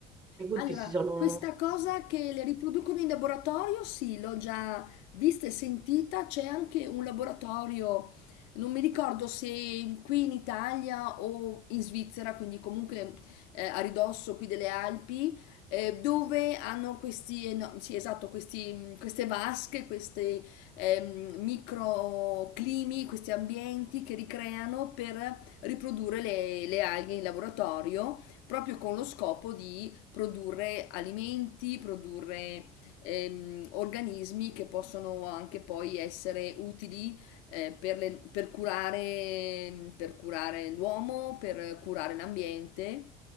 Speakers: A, on the right; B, on the left.
A: i punti
B: Allora,
A: si sono...
B: questa cosa che le riproducono in laboratorio, sì, l'ho già vista e sentita. C'è anche un laboratorio, non mi ricordo se qui in Italia o in Svizzera, quindi comunque eh, a ridosso qui delle Alpi, eh, dove hanno questi, eno- sì, esatto, questi- queste vasche, questi ehm, microclimi, questi ambienti che ricreano per riprodurre le, le alghe in laboratorio proprio con lo scopo di produrre alimenti, produrre ehm, organismi che possono anche poi essere utili eh, per, le- per curare, per curare l'uomo, per curare l'ambiente